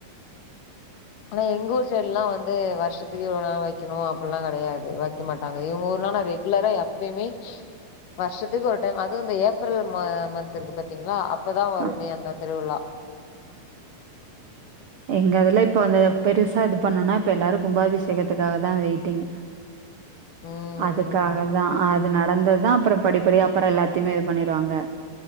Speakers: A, on the left; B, on the right.
A: ஆனா எங்க ஊர் சைடுலாம் வந்து வருஷத்துக்கு இவ்ளோ நாள் வைக்கணொ அப்பல்லாம் கடையாது வெக்க மாட்டாங்க இவங்க ஊர் எல்லா நா ரெ ரெகுலரா எப்பயுமே வருஷத்துக்கு ஒரு டைம் அதுவும் இந்த ஏப்ரல் மந்த் இருக்கும் பாத்தீங்களா அப்பதான் வருமே
B: ஆ
A: அந்த திருவிழா
B: எங்கதுல இப்ப வந்து பெருசா இது பண்ணும்னா இப்ப எல்லாரு கும்பாபிஷேகத்துக்காக தான் வெயிட்டிங்
A: ம்
B: அதுக்காக தான் அது நடந்ததுதான் அப்றோ படிப்படியா அப்புறோம் எல்லாத் திமே இது பண்ணிருவாங்க